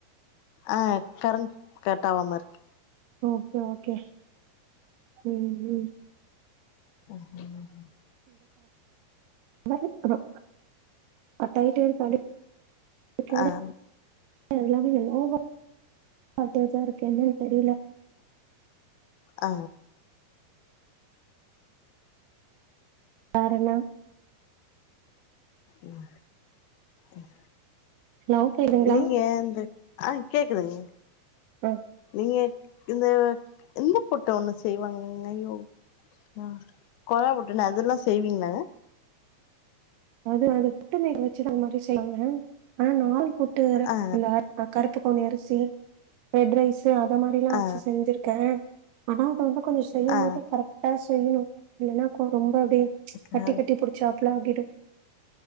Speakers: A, on the left (about 80°); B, on the right (about 80°).
A: ஆஹ் கரண்ட் கட் ஆவாம இருக்கு
B: ஓகே ஓகே உம் உம்
A: ம் ம் ம்
B: <unintelligible> அடிக்கடி
A: ஆஹ
B: எல்லாமே எல்லாவ அடுத்தச்ச இருக்கேன்னு தெரியல
A: ஆ
B: வேற என்ன
A: ம் ம்
B: ஹலோ கேக்குதுங்களா
A: நீங்க அந்த ஆஹ கேக்குதுங்க
B: உம்
A: நீங்க இந்த இந்த புட்டு ஒன்னு செய்வாங்க ஐயோ ஹ கொழா புட்டுனு அதெல்லா செய்வீங்லாங்க
B: அது அது புட்டு நீீர் வெச்சுதா அந்த மாரி செய்வாங்க ஆனா நா ஆள் போட்டு அற
A: ஆ
B: அந்த கருப்பு பொன்னி அரிசி ரெட் ரைஸ் தே அத மாரி எல்லா
A: ஆ
B: வெச்சு செஞ்சிருக்கே ஆனா அத வந்து கொஞ்சோ செய்யும்
A: ஆ
B: போது கரெக்டா செய் செய்யனு இல்லேன்னா கோ ரொம்ப அப்டியே கட்டி
A: ஆ
B: கட்டி புடிச்சா அப்லா ஆகிடு